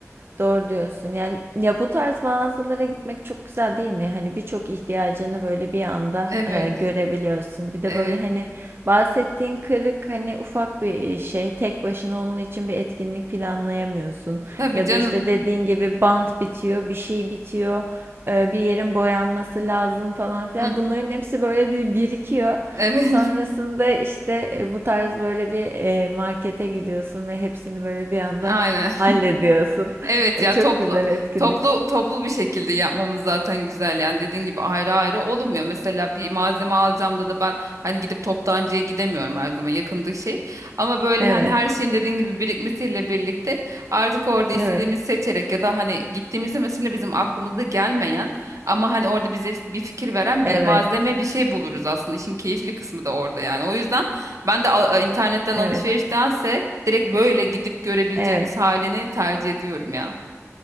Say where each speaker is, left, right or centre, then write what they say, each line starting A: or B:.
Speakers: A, on the right; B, on the right.
A: Doğru diyorsun. Yani ya bu tarz mağazalara gitmek çok güzel değil mi? Hani birçok ihtiyacını böyle bir anda
B: Evet,
A: e, görebiliyorsun. Bir de
B: evet.
A: böyle hani bahsettiğin kırık hani ufak bir e, şey. Tek başına onun için bir etkinlik planlayamıyorsun.
B: Tabii
A: Ya
B: canım.
A: da işte dediğin gibi bant bitiyor, bir şey bitiyor. e, bir yerin boyanması lazım falan filan.
B: Hı,
A: Bunların hepsi böyle bir birikiyor.
B: evet,
A: Sonrasında işte e, bu tarz böyle bir e, markete gidiyorsun ve hepsini böyle bir anda
B: <laughs> aynen.
A: hallediyorsun.
B: Evet
A: E,
B: ya
A: Çok
B: toplu
A: güzel etkinlik.
B: toplu toplu bir şekilde yapmamız zaten güzel yani dediğin gibi ayrı ayrı olmuyor. Mesela bir malzeme alacağım da da ben hani gidip toptancıya gidemiyorum her zaman yakındık şey. Ama böyle
A: Evet,
B: hani her şeyin dediğin gibi birikmesiyle birlikte artık orada istediğimizi
A: evet,
B: seçerek ya da hani gittiğimizde mesela bizim aklımıza gelmeyen ama hani orada bize bir fikir veren
A: evet,
B: bir malzeme bir şey buluruz aslında işin keyifli kısmı da orada yani. O yüzden ben de al- internetten
A: evet,
B: alışveriştense Direkt böyle gidip görebileceğimiz
A: evet.
B: halini tercih ediyorum ya.